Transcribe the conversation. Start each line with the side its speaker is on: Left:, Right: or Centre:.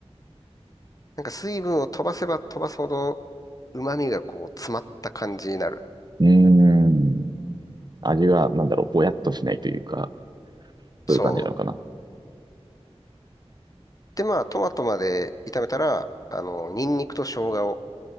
Left: なんか水分を飛ばせば飛ばすほど旨味がこう詰まった感じになる。
Right: うーん。味が、なんだろう、ぼやっとしないというか、
Left: そう。
Right: そういう感じなのかな。
Left: で、まあトマトまで炒めたら、あの、ニンニクと生姜を、